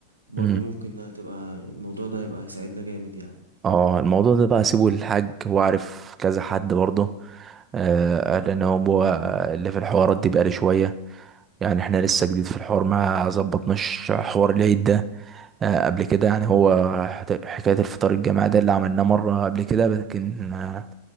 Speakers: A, on the right (about 80°); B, on the right (about 25°).
A: برضو
B: امم
A: ممكن هتبقى الموضوع ده هيبقى هيساعدنا جامد يعني
B: اه الموضوع ده بقى سيبه للحاج هو عارف كذا حد برضه آه لان هو اللي في الحوارات دي بقاله شويه يعني احنا لسه جديد في الحوار ما ظبطناش حوار العيد ده آه قبل كده يعني هو حت- حكايه الفطار الجماعي ده اللي عملناه مره قبل كده لكن آه